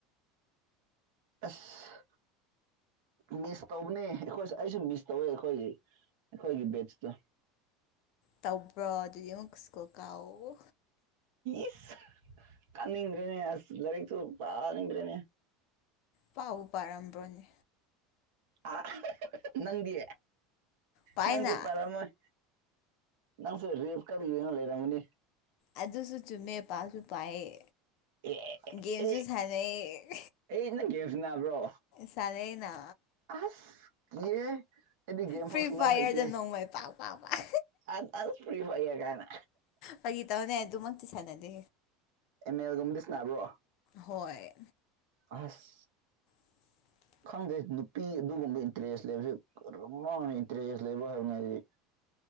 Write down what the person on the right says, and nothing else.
ꯑꯁ ꯃꯤꯁ ꯇꯧꯕꯅꯦ ꯑꯩꯈꯣꯏꯁꯨ ꯑꯩꯁꯨ ꯃꯤꯁ ꯇꯧꯋꯦ ꯑꯩꯈꯣꯏꯒꯤ ꯑꯩꯈꯣꯏꯒꯤ ꯕꯦꯠꯁꯇꯣ
ꯏꯁ ꯀꯥꯅꯤꯡꯗ꯭ꯔꯦꯅꯦ ꯑꯁ ꯂꯥꯏꯔꯤꯛꯇꯨ ꯄꯥꯅꯤꯡꯗ꯭ꯔꯦꯅꯦ
ꯑ ꯅꯪꯗꯤ
ꯅꯪꯁꯨ ꯄꯥꯔꯝꯃꯣꯢ ꯅꯪꯁꯨ ꯔꯤꯜ ꯀꯟꯅ ꯌꯦꯡꯉ ꯂꯩꯔꯝꯒꯅꯤ
ꯑꯦ ꯑꯦ ꯑꯦ
ꯑꯦ
ꯑꯩ ꯅꯪ ꯒꯦꯝꯁꯨ ꯁꯥꯟꯅꯕ꯭ꯔꯣ
ꯑꯁ ꯀꯤꯌꯦ ꯑꯩꯗꯤ ꯒꯦꯝ
ꯐꯥꯎ ꯁꯥꯟꯅꯕ
ꯍꯩꯇꯦ
ꯑꯁ ꯑꯁ ꯐ꯭ꯔꯤ ꯐꯥꯢꯌꯔ ꯀꯥꯏꯅ
ꯑꯦꯝ ꯑꯦꯜ ꯒꯨꯝꯕꯗꯤ ꯁꯥꯟꯅꯥꯕ꯭ꯔꯣ
ꯑꯁ
ꯈꯪꯗꯦ ꯅꯨꯄꯤ ꯑꯗꯨꯒꯨꯝꯕ ꯏꯟꯇꯔꯦꯁ ꯂꯩꯕꯕꯁꯤ ꯀꯔꯝꯅ ꯏꯟꯇꯔꯦꯁ ꯂꯩꯕ ꯍꯥꯏꯕꯅ ꯍꯥꯏꯗꯤ